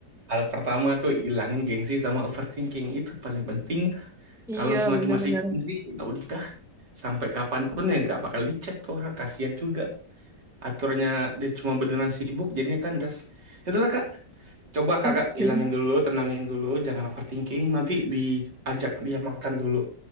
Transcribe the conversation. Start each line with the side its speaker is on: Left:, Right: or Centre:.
Right: Hal pertama tuh ilangin gengsi sama overthinking itu paling penting.
Centre: Iya
Right: Kalau selagi
Centre: bener-bener.
Right: masih gengsi, ya udah sampai kapanpun ya nggak bakal dicek tuh orang kasihan juga. Aturnya dia cuma beneran sibuk jadinya kandas. Itulah kak, coba kakak
Centre: Oke.
Right: ilangin dulu, tenangin dulu, jangan overthinking. Nanti diajak dia makan dulu.